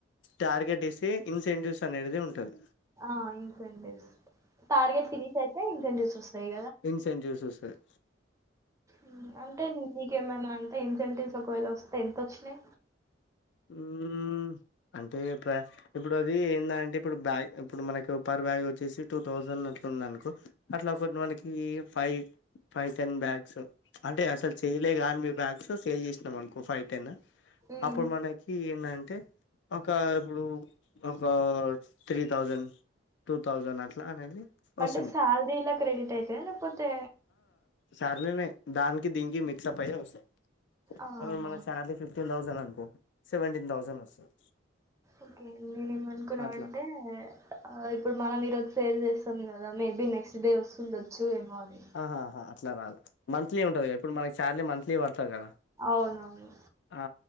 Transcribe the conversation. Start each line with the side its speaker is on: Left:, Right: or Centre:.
Left: టార్గెట్ ఇచ్చి ఇన్సెంటివ్స్ అనేది ఉంటది.
Right: ఆ ఇన్ఫెంటివ్స్ టార్గెట్ ఫినిష్ అయితే ఇన్ఫెంటివ్స్ వస్తయ్
Left: ఇన్సెన్జూస్ వస్తది
Right: ఊ అంటే నీకేమన్నా అంటే ఇంటెంటివ్స్ ఒకవేళ వస్తే ఎంతోచినై
Left: మ్మ్ అంటే ప్ర ఇప్పుడు అది ఏంద అంటే ఇప్పుడు బ్యాగ్ ఇప్పుడు మనకు పర్ బ్యాగ్ వచ్చేసి టూ థౌసండ్ అట్లుంది అనుకో అట్లా ఒకటి మనకి ఫైవ్ ఫైవ్ టెన్ బ్యాగ్స్ అంటే అసలు సేలే కాని మీ బ్యాగ్స్ సేల్ చేసినాం అనుకో ఫైవ్ టెన్
Right: ఉమ్.
Left: ఆప్పుడు మన్ ఏంటంటే ఒక ఇప్పుడు ఒక త్రీ థౌజండ్ టూ థౌజండ్ అట్లా అనేది
Right: అంటే
Left: వస్తుంది
Right: శాలరీ ఇలా క్రెడిట్ అయితాయ లేకపోతే
Left: సరలేనే దానికి దీనికి మిక్స్ అప్ అయితే వస్త
Right: ఆహా!
Left: ఇప్పుడు మన సాలరీ ఫిఫ్ టీన్ తౌసండ్ అనుకో సెవెంటీన్ థౌసండ్ వస్తుంది
Right: ఓకే నేనే ఏమనుకున్నా
Left: అట్లా
Right: అంటే ఆ ఇప్పుడు మనం మీరు సేల్ చేస్తాం కదా మేబీ నెక్స్ట్ డే వస్తుండొచ్చు ఏమో అని.
Left: ఆహా అట్లా రాదు మంత్లీ ఉంటంది కా ఇప్పుడు మనకి శాలరీ మాంట్లీ పతది కదా
Right: అవునవును
Left: ఆ